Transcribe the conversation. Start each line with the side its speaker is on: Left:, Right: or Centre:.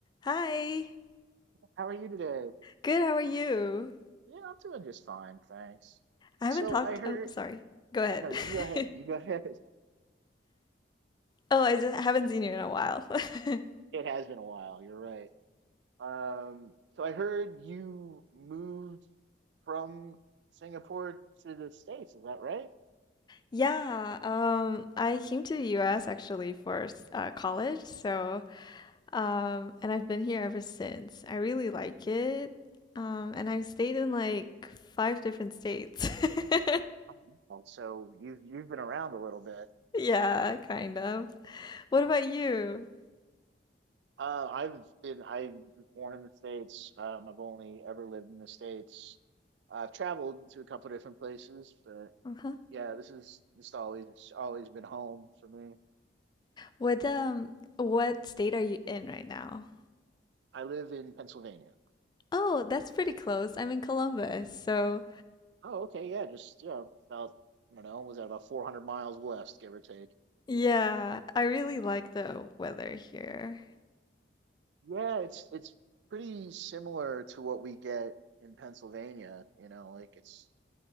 Left: Hi.
Right: How are you today?
Left: Good, how are you?
Right: Yeah, I'm doing just fine, thanks.
Left: I haven't
Right: So
Left: talked.
Right: I heard,
Left: Oh, sorry. Go ahead.
Right: no, you go ahead.
Left: <laughs>
Right: You go ahead. <laughs>
Left: Oh, I just haven't seen you in a while. <laughs>
Right: It has been a while. You're right. Um, so I heard you moved from Singapore to the States. Is that right?
Left: Yeah, um, I came to the US actually for uh, college, so um, and I've been here ever since. I really like it. Um, and I've stayed in like five different states. <laughs>
Right: Mhm. Well, So you've you've been around a little bit.
Left: Yeah, kind of. What about you?
Right: Uh, I've been I was born in the States. Um, I've only ever lived in the States. I've traveled to a couple different places, but
Left: Uh-huh.
Right: yeah, this is just always always been home for me.
Left: What um what state are you in right now?
Right: I live in Pennsylvania.
Left: Oh, that's pretty close. I'm in Columbus. So,
Right: Oh, okay, yeah, just yeah, about I don't know, was that about 400 miles west, give or take?
Left: yeah, I really
Right: Yeah.
Left: like the weather here.
Right: Yeah, it's it's pretty similar to what we get in Pennsylvania, you know, like it's